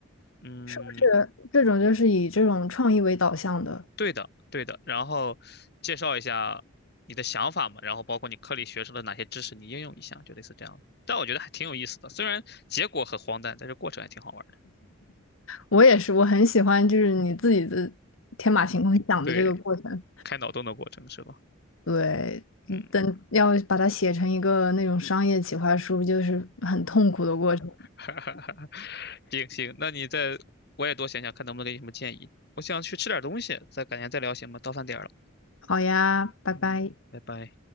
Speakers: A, on the left (about 50°); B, on the left (about 80°).
A: 嗯，
B: 是不是这种就是以这种创意为导向的？
A: 对的，对的。然后介绍一下你的想法嘛，然后包括你课里学出的哪些知识，你应用一下，就类似这样的。但我觉得还挺有意思的，虽然结果很荒诞，但是过程还挺好玩的。
B: 我也是，我很喜欢就是你自己的天马行空想的这个过程。
A: 对，开脑洞的过程是吧？
B: 对，
A: 嗯，
B: 嗯等要把它写成一个那种商业企划书，
A: <laughs>
B: 就是很痛苦的过程。
A: 哈哈哈。行行，那你再我也多想想，看能不能给你什么建议。我想去吃点东西，再改天再聊行吗？到饭点儿了，
B: 好呀，拜拜。
A: 嗯，拜拜。